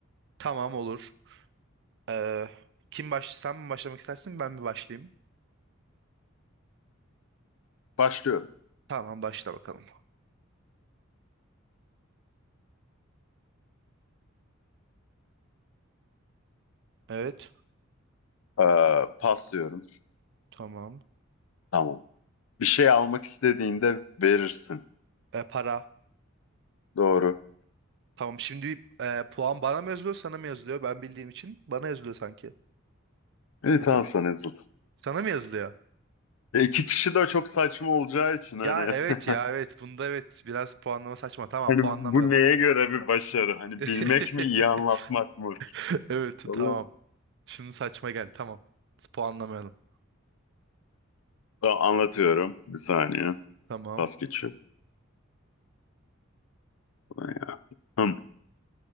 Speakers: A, on the right; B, on the left.
A: tamam olur. Ee, kim baş sen mi başlamak istersin ben mi başlayayım?
B: Başlıyorum.
A: Tamam başla bakalım. Evet.
B: Ee, pas diyorum.
A: Tamam.
B: Tamam. Bir şey almak istediğinde verirsin.
A: Ee, para.
B: Doğru.
A: Tamam şimdi e, puan bana mı yazılıyor sana mı yazılıyor? Ben bildiğim için bana yazılıyor sanki.
B: İyi
A: Ya
B: tamam
A: da
B: sana yazılsın.
A: sana mı yazılıyor?
B: E, iki kişi de çok saçma olacağı için
A: Ya
B: hani
A: evet
B: <laughs>
A: ya evet bunda evet biraz puanlama saçma tamam
B: hani
A: puanlamayalım.
B: bu neye göre bir başarı? Hani
A: <laughs>
B: bilmek mi iyi anlatmak mı?
A: Evet
B: Vallahi-
A: tamam. Şimdi saçma geldi tamam. Puanlamayalım.
B: Tamam, anlatıyorum. Bir saniye.
A: Tamam.
B: Pas geçiyorum. buradan ya. Hım.